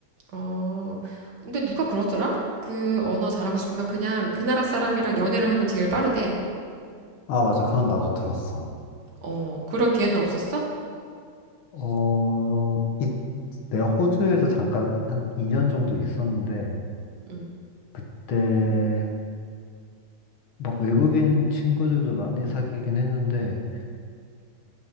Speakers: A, on the right; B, on the left.
A: 어, 근데 누가 그러더라? 그 언어 잘하고 싶으면 그냥 그 나라 사람이랑 연애를 하면 제일 빠르대.
B: 아, 맞아. 그건 나도 들었어.
A: 어, 그럴 기회는 없었어?
B: 어, 이- 내가 호주에서 잠깐 한 2년 정도 있었는데,
A: 응.
B: 그때 막 외국인 친구들도 많이 사귀긴 했는데,